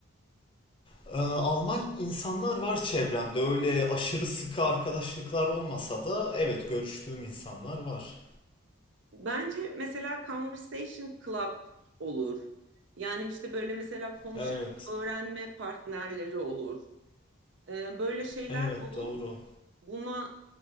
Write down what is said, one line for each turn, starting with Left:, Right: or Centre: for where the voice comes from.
Left: Ee, Alman insanlar var çevremde. Öyle aşırı sıkı arkadaşlıklar olmasa da evet görüştüğüm insanlar var.
Right: Bence mesela Conversation Club olur. Yani işte böyle mesela konuşarak
Left: Evet.
Right: öğrenme partnerleri olur. Ee, böyle şeyler
Left: Evet
Right: bulup
Left: doğru.
Right: buna